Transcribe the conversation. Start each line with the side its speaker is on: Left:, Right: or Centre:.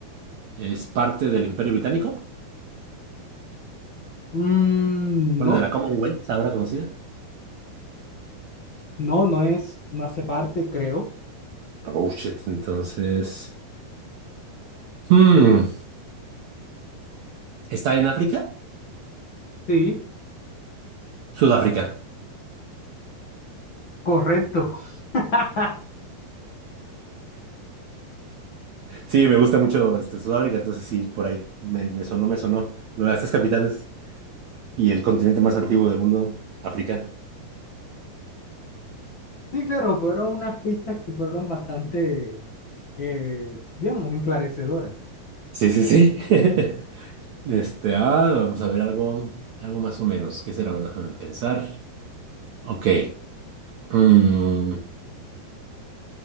Right: ¿es parte del Imperio Británico?
Left: Mm,
Right: Bueno,
Left: no,
Right: de la Commonwealth, ahora conocida.
Left: no, no es, no hace parte, creo.
Right: Oh, shit, entonces. Hmm, ¿Está en África?
Left: Sí,
Right: Sudáfrica.
Left: correcto. <laughs>
Right: Sí, me gusta mucho este, Sudáfrica, entonces sí, por ahí me, me sonó, me sonó. Lo de las tres capitales y el continente más antiguo del mundo, África.
Left: Sí, claro, fueron unas pistas que fueron bastante, eh, digamos, enclarecedoras.
Right: Sí, sí, sí. <laughs> Este, ah, vamos a ver algo, algo más o menos. ¿Qué será? Bueno, déjame pensar. Ok. mm,